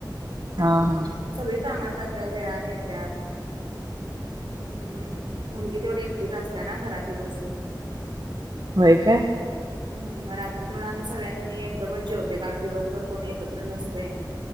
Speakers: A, on the right (about 55°); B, on the right (about 85°).
A: हा, हा
B: सगळी कामाला जातात वेळाने येत्यात हम्म मुलगी तेवढी एकटीच असते ना घरात दिवसभर
A: होय काय
B: हम् मग रात्री तेवढा आम्ही सगळ्यांनी एकदमच जेवतोय कारण दिवसभर कोणी एकत्र नसतोय